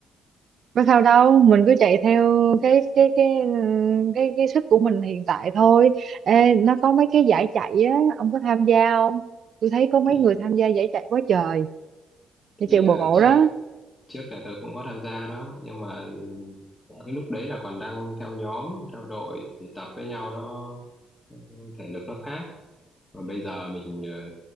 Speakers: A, on the right; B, on the left.
A: có sao đâu mình cứ chạy theo cái cái cái ừ, cái cái sức của mình hiện tại thôi Ê, nó có mấy cái giải chạy á ông có tham gia không tôi thấy có mấy
B: thì,
A: người tham gia giải chạy quá trời
B: thì
A: giải chạy bộ
B: ờ, trước
A: đó
B: trước là tôi cũng có tham gia đó nhưng mà Dạ. cái lúc đấy là còn đang theo nhóm theo đội thì tập với nhau nó thể lực nó khác và bây giờ mình ờ,